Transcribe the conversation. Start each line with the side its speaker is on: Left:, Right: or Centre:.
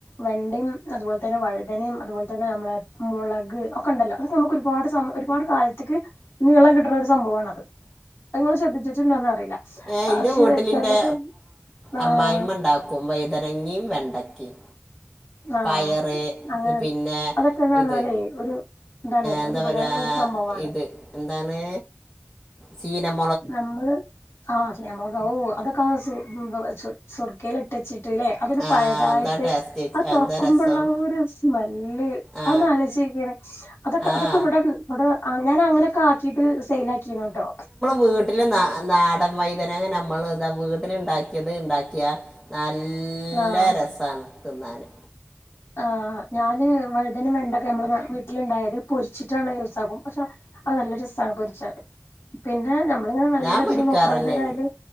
Left: വെന്ടിം അതുപോലെ തന്നെ വഴുതനയും അതുപോലെ ന്നെ നമ്മളെ മുളക് ഒക്കെ ഉണ്ടല്ലോ അതെ നമുക്ക് ഒരുപാട് ഒരുപാട് കാലത്തേക്ക് നീളം കിട്ടണ സംഭവണത് അങ്ങൾ ശ്രദ്ധിച്ചിട്ടുണ്ടോന്ന അറിയില്ല
Centre: ഏഹ്
Left: പക്ഷെ
Centre: ഇന്റെ വീട്ടിലിന്റെ
Left: ചിലത് ആഹ്
Centre: അമ്മായിമ്മ ഇണ്ടാക്കും വയ്തനങ്ങിയും വെണ്ടക്കിം
Left: ആഹ്
Centre: പയറ്
Left: അങ്ങനെ
Centre: പിന്നെ
Left: അതൊക്കെന്ന് പറഞ്ഞാലേ
Centre: ഇത്
Left: ഒരു ഇതാണേ
Centre: എന്താ
Left: ഒരു ഉപകാരമുള്ള
Centre: പറയാ
Left: ഒരു സംഭവമാണ്
Centre: ഇത് എന്താണ് ചീനം
Left: നമ്മള് ആഹ് നമ്മള ഓ അതൊക്കെ <unintelligible> ക്കൽ ഇട്ടച്ചിട്ട് അല്ലെ അതൊന്
Centre: ആ
Left: പഴതായിട്ട്
Centre: എന്താ ടേസ്റ്റ്
Left: ആഹ് തുറക്കുമ്പോള്ള
Centre: എന്താ രസം
Left: ഒരു സ്മെല്ല്
Centre: ആ
Left: അന്ന് അലൊചോക്കിയ അതൊക്കെ
Centre: ആ
Left: അതൊക്കെ ഇവിടെ ഇവിടെ ഞാൻ അങ്ങനെയൊക്കെ ആക്കിട്ട് സെയിൽ ആക്കിണ്ട്ടോ
Centre: വീട്ടില ന നാടൻ വൈതനെ നമ്മൾ ഇതാ വീട്ടില ഇണ്ടാക്കിയത് ഇണ്ടാക്കിയ നല്ല
Left: ആഹ്
Centre: രസാണ് തിന്നാന്
Left: ആഹ് ഞാന് വഴുതനും വെണ്ടൊക്കെ നമ്മള് വീട്ടിലുണ്ടായത് പൊരിച്ചിട്ടാണ് യൂസ ആകും പക്ഷെ അത് നല്ല രസാണ് പൊരിച്ചാല് പിന്നെ നമ്മളിങ്ങനെ നല്ല
Centre: ഞാൻ പൊരിക്കാറ്
Left: രീതിൽ നോക്കണ
Centre: തന്നെയാണ്
Left: അതായല്